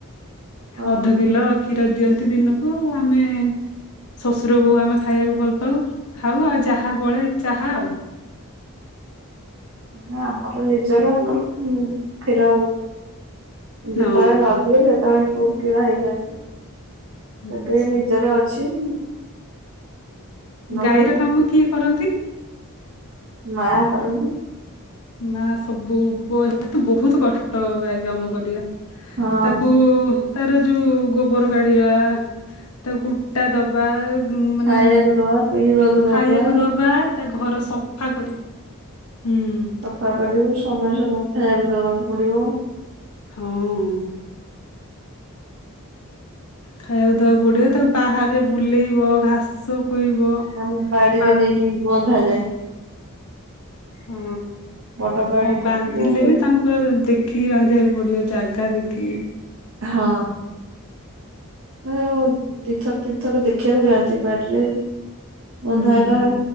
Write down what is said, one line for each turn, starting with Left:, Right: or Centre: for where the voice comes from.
Right: ଓହୋ।
Left: ଅଧ କିଲ କ୍ଷୀର ଦିଅନ୍ତି, ଦିନକୁ ଆଉ ଆମେ ଶ୍ୱଶୁର ବୋହୂ ଆମେ ଖାଇବାକୁ ଭଲ ପାଉ, ଖାଉ ଆଉ ଯାହା ବଳେ ଚାହା ଆଉ
Right: ନା ଆମର ନିଜର ଆମର ଉଁ କ୍ଷୀର
Left: ହଁ
Right: ଯେତେବେଳେ ନଦିଏ, ସେତେବେଳେ କୋଉଠୁ କିଣା ହେଇକି ଆସେ
Left: ଆଚ୍ଛା
Right: ଏବେ ନିଜର ଅଛି। <unintelligible> ମୋର
Left: ଗାଈର
Right: ଟିକେ
Left: କାମ କିଏ କରନ୍ତି?
Right: ମା କରନ୍ତି।
Left: ମା ସବୁ ତ ବହୁତ କଷ୍ଟ ଗାଈ କାମ କରିବା।
Right: ହଁ
Left: ତାକୁ ତାର ଯୋଉ ଗୋବର କାଢିବା ତାକୁ କୁଟା ଦବା ଉଁ ମାନେ
Right: ଖାଇବାକୁ ଦବା ପିଇବାକୁ ଦବା
Left: ଖାଇବାକୁ ଦବା ତା ଘର ସଫା କରି ହୁଁ।
Right: ସଫା କରିବୁ ସମୟ ସମୟରେ ଖାଇବାକୁ ଦବାକୁ ପଡିବ।
Left: ହୁଁ। ଖାଇବାକୁ ଦେବାକୁ ପଡ଼ିବ ତାଙ୍କୁ ବାହାରେ ବୁଲେଇବ ଘାସ ଖୋଇବ
Right: ଆମ ବାଡିରେ
Left: ବା
Right: ନେଇକି ବନ୍ଧାଯାଏ।
Left: ହଁ
Right: ବଡ ବାଡି
Left: କଣ
Right: ପଡିଛି
Left: ବାନ୍ଧିଲେ
Right: ଯୋଉ
Left: ବି ତାଙ୍କୁ ପୁରା ଦେଖ ଖୀକି ବାନ୍ଧିବାକୁ ପଡିବ ଜାଗା ଦେଖିକି।
Right: ହଁ। ଆଉ ଦିଥର ତିନି ଥର ଦେଖିବାକୁ ଯାଆନ୍ତି ବାଡିରେ। ବନ୍ଧାହେନେ
Left: ହୁଁ ହୁଁ